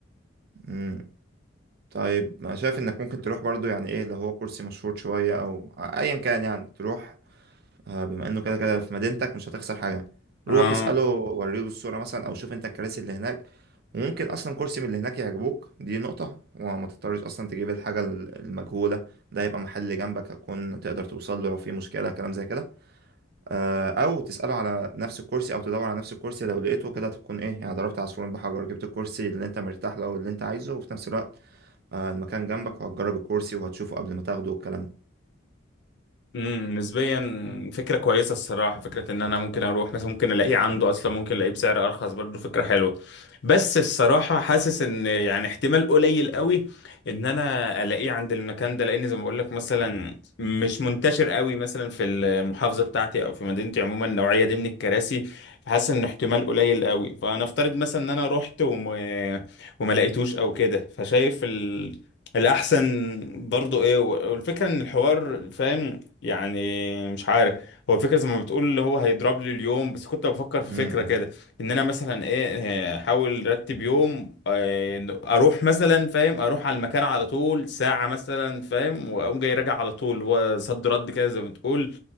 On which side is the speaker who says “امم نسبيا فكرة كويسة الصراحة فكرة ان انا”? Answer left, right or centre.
Left